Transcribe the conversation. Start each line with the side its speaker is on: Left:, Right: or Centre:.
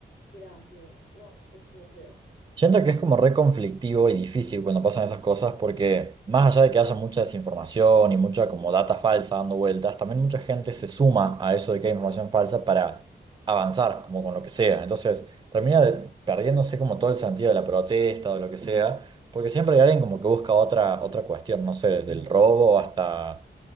Left: tiraban piedras. No, estuvo feo. <laughs>
Right: Siento que es como re conflictivo y difícil cuando pasan esas cosas porque más allá de que haya mucha desinformación y mucha como data falsa dando vueltas, también mucha gente se suma a eso de que hay información falsa para avanzar como con lo que sea. Entonces termina de- perdiéndose como todo el sentido de la protesta o de lo que sea, porque siempre hay alguien como que busca otra, otra cuestión, no sé, desde el robo hasta